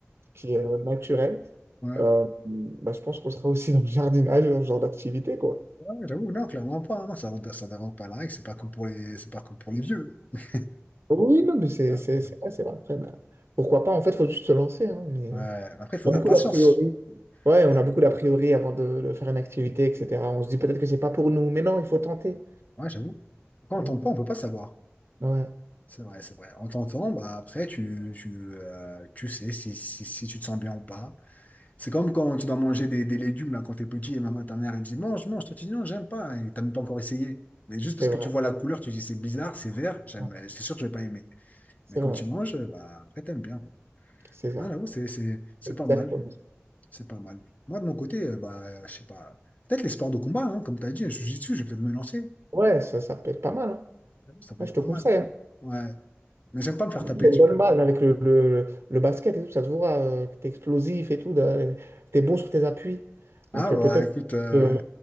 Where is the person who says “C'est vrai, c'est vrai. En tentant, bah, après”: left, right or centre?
Left